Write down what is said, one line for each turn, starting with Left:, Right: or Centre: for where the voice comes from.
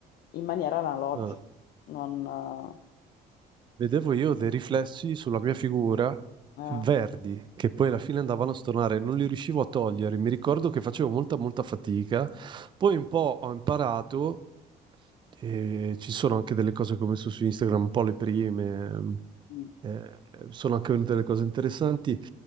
Left: in maniera analogica,
Right: Ah,
Left: non...
Right: Vedevo io dei riflessi sulla mia figura
Left: eh, eh,
Right: verdi che poi alla fine andavano a stornare, non li riuscivo a togliere. Mi ricordo che facevo molta, molta fatica. Poi un po' ho imparato, e ci sono anche delle cose che ho messo su Instagram, un po' le prime,
Left: mm,
Right: eh, sono anche venute delle cose interessanti,